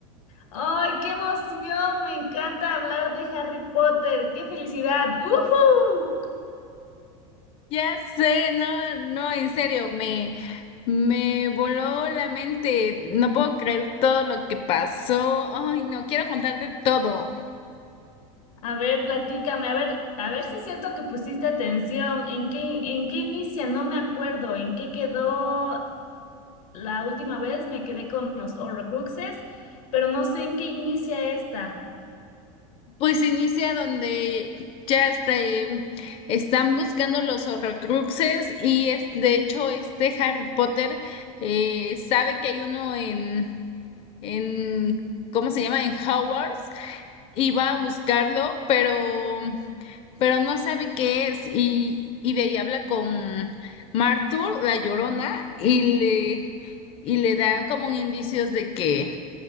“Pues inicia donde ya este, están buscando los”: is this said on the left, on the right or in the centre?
Left